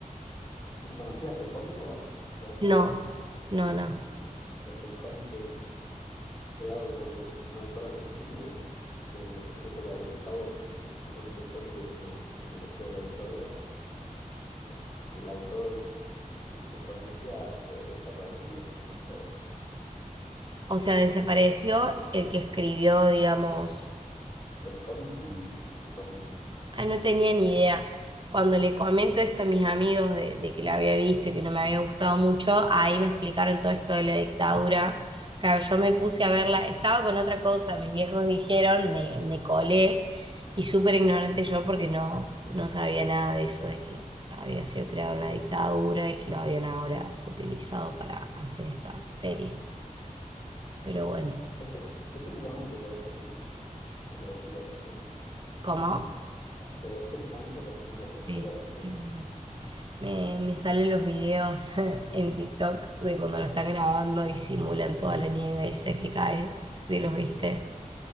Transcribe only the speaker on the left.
¿Conocías el cómic vos de antes?
Bueno, Porque el cómic es creado por un autor argentino de, de época de dictadura. Y se supone que el cómic es una tecnología de la dictadura. Y bueno, el autor y su familia fue desaparecido en esta época.
No
sé si sabían.
El cómic y, y su familia.
Este- estéticamente parece muy atractiva la serie.
Que estéticamente parece muy atractiva
la serie.